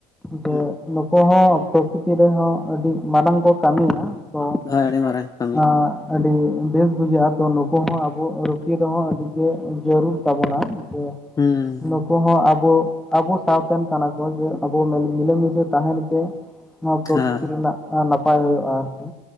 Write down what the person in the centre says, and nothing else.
ᱡᱮ
ᱱᱩᱠᱩ ᱦᱚᱸ ᱯᱨᱚᱠᱤᱛᱤ ᱨᱮᱦᱚᱸ ᱟᱹᱰᱤ ᱢᱟᱨᱟᱝ ᱠᱚ ᱠᱟᱹᱢᱤᱭᱮᱼᱟ ᱚᱸ
<unintelligible> ᱟᱸ ᱟᱹᱰᱤ ᱵᱮᱥ ᱵᱩᱡᱷᱟᱹᱜᱼᱟ ᱛᱚ ᱱᱩᱠᱩ ᱦᱚᱸ ᱟᱵᱚ ᱨᱩᱠᱷᱤᱭᱟᱹ ᱫᱚᱦᱚᱸ ᱟᱹᱰᱤ ᱜᱮ ᱡᱟᱹᱨᱩᱲ ᱛᱟᱵᱚᱱᱟ <unintelligible>
ᱱᱩᱠᱩ ᱦᱚᱸ ᱟᱵᱚ ᱟᱵᱚ ᱥᱟᱶᱛᱮᱱ ᱠᱟᱱᱟ ᱠᱚ ᱡᱮ ᱟᱵᱚ ᱢᱤᱞᱮᱢᱤᱥᱮ᱾ ᱛᱟᱦᱮᱱ ᱜᱮ ᱱᱚᱣᱟ ᱯᱨᱚᱠᱤᱛᱤ
ᱨᱮᱱᱟᱜ ᱱᱟᱯᱟᱭ ᱦᱩᱭᱩᱜᱼᱟ ᱟᱨᱠᱤ